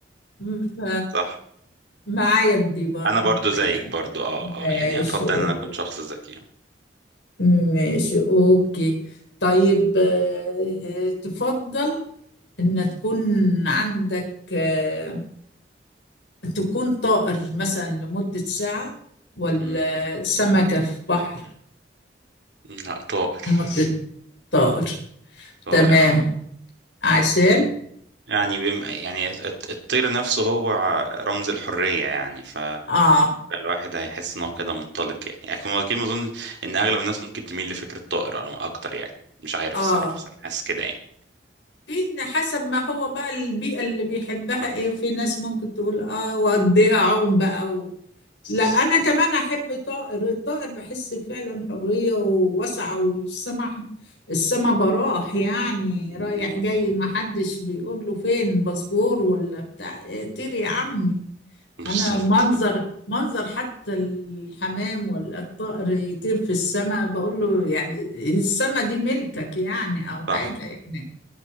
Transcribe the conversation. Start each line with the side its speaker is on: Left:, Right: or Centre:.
Left: ف-
Right: صح
Left: معايا في دي برضو
Right: انا برضو
Left: متهيألي
Right: زيك برضو اه
Left: ماشي
Right: اه يعني افضل
Left: اوكي
Right: ان انا اكون شخص ذكي
Left: ماشي اوكي طيب آه، تفضل ان تكون عندك آه، تكون طائر مثلا لمدة ساعة ولا
Right: مم.
Left: سمكة في بحر
Right: لا طائر
Left: لمدة طائر
Right: طائر
Left: تمام
Right: اه
Left: عشان
Right: يعني بم... يعني الط- الطير نفسه هو رمز الحرية يعني ف
Left: اه
Right: الواحد هيحس ان هو كده منطلق يعني يعني كده اظن ان اغلب الناس ممكن تميل لفكره طائر أنا اكتر يعني مش عارف
Left: اه
Right: الصراحه بس انا حاسس كده يعني
Left: في إن حسب ما هو بقى البيئة اللي بيحبها
Right: صح
Left: ايه في ناس ممكن تقول اه واديها عوم بقى و... لا انا كمان احب طائر الطائر بحس فعلا حرية ووسعة والسما السما براح يعني
Right: مم.
Left: رايح جاي ما حدش بيقول له فين باسبور ولا بتاع إيه، طير يا عمي
Right: بالظبط
Left: انا منظر
Right: <laughs>
Left: منظر حتى الحمام ولا الطائر يطير في السما بقول له يعني السما دي ملكك يعني او حاجة
Right: صح
Left: يعني